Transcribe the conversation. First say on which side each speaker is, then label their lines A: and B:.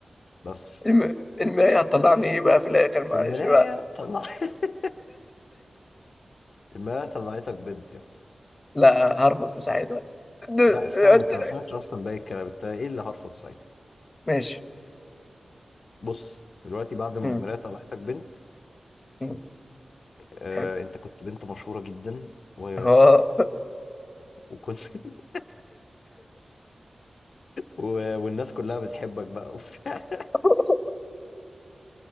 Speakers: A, on the left (about 70°); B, on the left (about 35°).
A: بس
B: الم... المراية هتطلعني ايه بقى في الاخر معلش
A: المراية
B: بقى
A: طلع <laughs> المراية طلعتك بنت يا اسطى
B: لا هرفض مساعدة <laughs>
A: لا استنى
B: قلت
A: انت
B: لك
A: ما سمعتش اصلا باقي الكلام انت ايه اللي هرفض ساعتها
B: ماشي
A: بص دلوقتي بعد ما
B: أمم.
A: المراية طلعتك بنت
B: أمم.
A: آه
B: حلو
A: انت كنت بنت مشهورة جدا و...
B: اه
A: وكنت <laughs> و... والناس كلها بتحبك بقى وبتاع
B: <laughs>